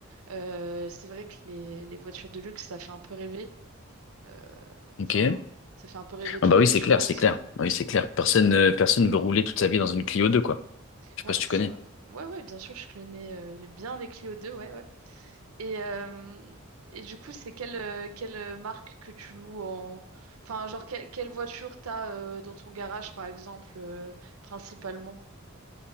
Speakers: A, on the right; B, on the left.
A: Euh, c'est vrai que les, les voitures de luxe, ça fait un peu rêver. Euh,
B: Ok?
A: Enfin, ça fait un peu rêver
B: Ah
A: tout
B: bah
A: le
B: oui,
A: monde,
B: c'est
A: je
B: clair,
A: pense.
B: c'est clair. Ah Oui, c'est clair. Personne, euh, personne veut rouler toute sa vie dans une Clio 2, quoi. Je
A: Ouais,
B: sais pas si tu
A: c'est
B: connais.
A: vrai. Ouais, ouais, bien sûr, je connais euh, bien les Clio deux Ouais, ouais. Et, euh, et du coup, c'est quelle, euh, quelle euh, marque que tu loues en... Enfin, genre, que- quelle voiture t'as euh, dans ton garage, par exemple, euh, principalement?